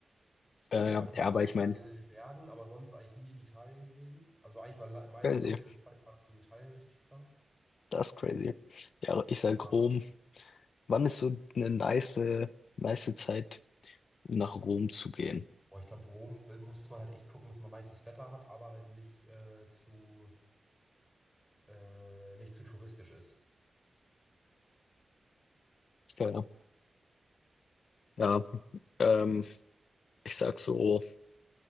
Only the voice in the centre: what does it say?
Davor
war ich nur
einmal Italien
in den Bergen, aber sonst eigentlich nie in Italien gewesen. Also eigentlich war La- Mailand
Loki das zweite Mal, dass ich in Italien richtig war.
Ja.
Boah, ich glaube, Rom äh, muss man halt echt gucken, dass man nices Wetter hat, aber halt nicht äh, zu äh, nicht zu touristisch ist.